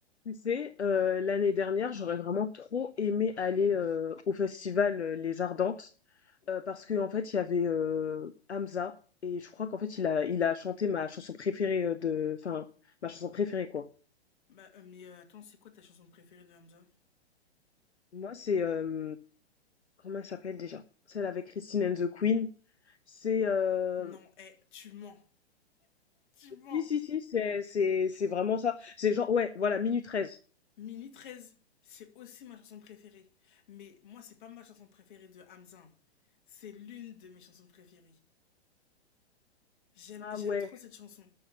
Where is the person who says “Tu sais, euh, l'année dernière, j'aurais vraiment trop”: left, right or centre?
Left